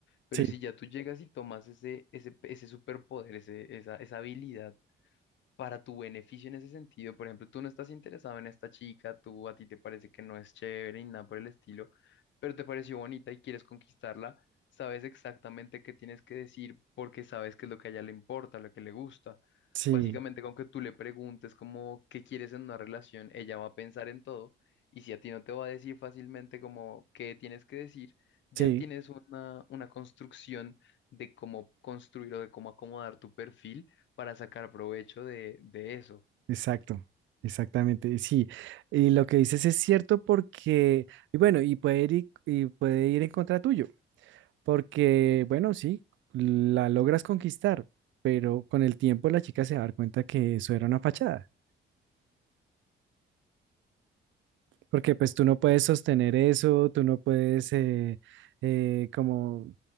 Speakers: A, on the left (about 70°); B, on the right (about 70°).
A: Pero
B: sí,
A: si ya tú llegas y tomas ese ese ese superpoder, ese esa esa habilidad para tu beneficio en ese sentido. Por ejemplo, tú no estás interesado en esta chica, tú a ti te parece que no es chévere y nada por el estilo, pero te pareció bonita y quieres conquistarla, sabes exactamente qué tienes que decir porque sabes qué es lo que a ella le importa, lo que le gusta.
B: sí,
A: Básicamente, con que tú le preguntes como qué quieres en una relación, ella va a pensar en todo y si a ti no te va a decir fácilmente como qué tienes que decir, ya
B: sí,
A: tienes una, una construcción de cómo construir o de cómo acomodar tu perfil para sacar provecho de, de eso.
B: exacto, exactamente, sí. Y lo que dices es cierto porque, y bueno, y puede ir, y y puede ir en contra tuyo. Porque, bueno, sí, la logras conquistar, pero con el tiempo la chica se va a dar cuenta que eso era una fachada, porque pues tú no puedes sostener eso, tú no puedes eh, eh, como,